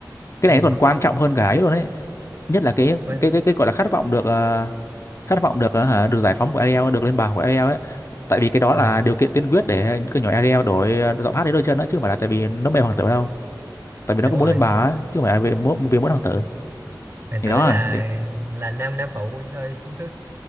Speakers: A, on the left (about 40°); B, on the right (about 35°).
A: cái
B: ừ.
A: này nó còn quan trọng hơn cả ấy luôn ấy nhất là cái
B: quên
A: cái cái cái gọi là khát vọng được ờ, khát vọng được ờ, hả, được giải phóng của Ariel được lên bảng của Ariel ấy tại vì cái đó
B: ừ.
A: là điều kiện tiên quyết để cứ nhỏ Ariel đổi ờ, giọng hát đến đôi chân đó chứ không phải là tại vì nó mê hoàng tử đâu tại vì
B: đúng
A: nó cũng
B: rồi
A: muốn lên bảng ấy, chứ không phải là vì mỗi vì mỗi hoàng tử
B: hoàng tử
A: thì đó
B: là
A: là-
B: là nam nam phụ thôi <laughs> chứ